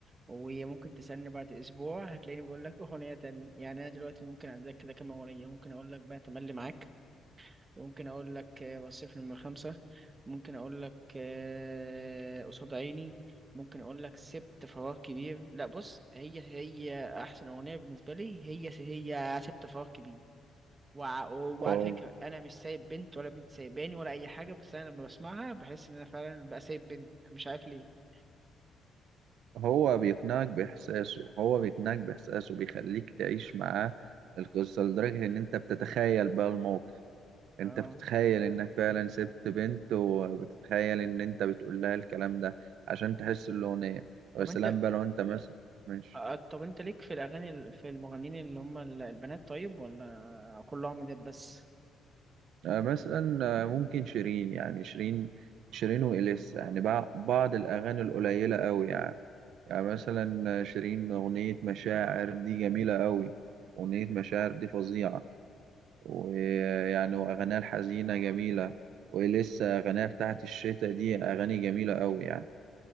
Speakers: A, on the right (about 30°); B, on the right (about 80°).
A: وممكن تستني بعد أسبوع هتلاقيني بقول لك أغنية تانية يعني أنا دلوقتي ممكن أديلك كده كام أغنية ممكن أقول لك بقى تملي معاك ممكن اقول لك آه، وصفني من خمسة ممكن اقول لك آه، قصاد عيني ممكن اقول لك سبت فراغ كبير لا بص هي هي احسن اغنية بالنسبة لي هي هي سبت فراغ كبير وع- وعلى
B: اه
A: فكرة انا مش سايب بنت ولا بنت سايباني ولا اي حاجة بس انا لما بسمعها بحس ان انا فعلا بقى سايب بنت مش عارف ليه
B: هو بيقنعك باحساسه هو بيقنعك باحساسه بيخليك تعيش معاه القصة لدرجة ان انت بتتخيل بقى الموقف انت
A: اه
B: بتتخيل انك فعلا سبت بنت وبتتخيل ان انت بتقول لها الكلام ده عشان تحس الاغنية ويا
A: طب
B: سلام
A: انت
B: بقى لو انت مثلا ماشي
A: آه، طب انت ليك في الاغاني في المغنيين اللي هم البنات طيب ولا كلهم ده بس
B: آه، مثلا آه، ممكن شيرين يعني شيرين شيرين وإليسا يعني بع- بعض الأغاني القليلة أوي يعني يعني مثلا آه، شيرين أغنية مشاعر دي جميلة قوي أغنية مشاعر دي فظيعة ويعني وأغانيها الحزينة جميلة ولسه أغانيها بتاعت الشتا دي أغاني جميلة قوي يعني